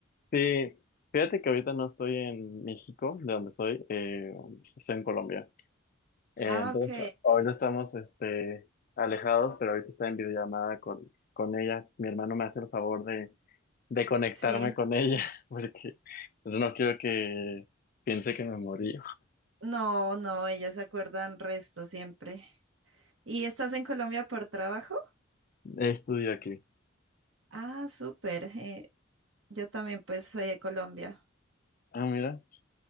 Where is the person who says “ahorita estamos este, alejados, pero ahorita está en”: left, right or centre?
Left